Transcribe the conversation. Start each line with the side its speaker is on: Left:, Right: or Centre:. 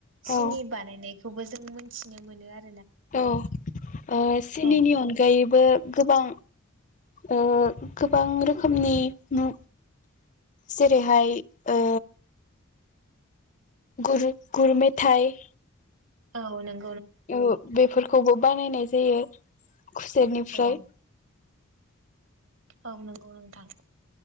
Right: सिनि
Left: औ
Right: बानायनाय खौबो जों मिथिनो मोनो आर
Left: औ ओ सिनिनि
Right: औ
Left: अनगायैबो गोबां ओ गोबां रोखोमनि नु जेरैहाय ओ गुर गुर मेथाइ
Right: औ नों
Left: औ बेफोरखौबो बानायनाय जायो खुसेरनिफ्राय
Right: औ औ नंगौ नोंथां